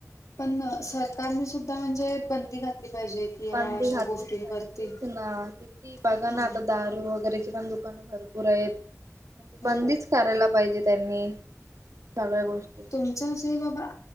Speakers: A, on the left; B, on the right.
A: पण सरकारने सुद्धा म्हणजे बंदी घातली पाहिजे कि ह्या
B: बंदी
A: अशा
B: घातलीच
A: गोष्टींवरती
B: पाहिजे तेच ना किती बघा
A: हा
B: ना आता दारू वगैरेची पण दु दुकान भरपूर आहेत
A: हो
B: बंदीच करायला पाहिजे त्यांनी सगळ्या गोष्टी
A: तुमचं असं आहे बाबा